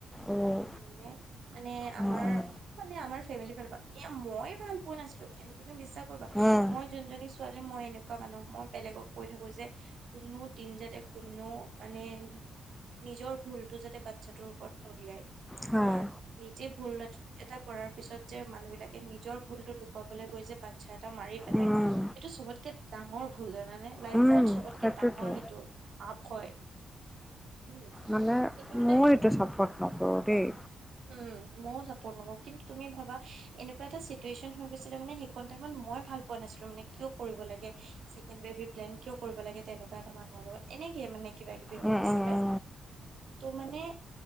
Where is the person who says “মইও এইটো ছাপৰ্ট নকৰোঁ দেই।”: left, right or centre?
Centre